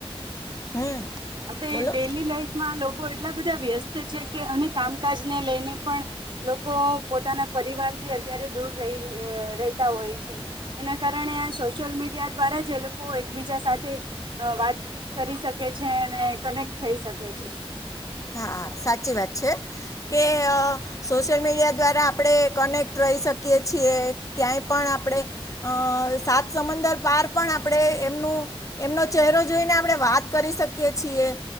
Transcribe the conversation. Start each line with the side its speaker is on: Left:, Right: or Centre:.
Left: હમ
Right: આપણે
Left: બોલો
Right: ડેઇલી લાઈફમાં લોકો એટલા બધા વ્યસ્ત છે કે અને કામકાજને લઈને પણ લોકો પોતાના પરિવાર થી અત્યારે દૂર રહેતા હોય છે એના કારણે આ સોશિયલ મીડિયા દ્વારા જે લોકો એકબીજા સાથે વાત કરી શકે છે અને કનેક્ટ થઈ શકે છે
Left: હા હા સાચી વાત છે કે સોશિયલ મીડિયા દ્વારા આપણે કનેક્ટ રહી શકીએ છીએ ક્યાંય પણ આપણે અ સાત સમંદર પાર પણ આપણે એમનું એમનો ચહેરો જોઈને આપણે વાત કરી શકીએ છીએ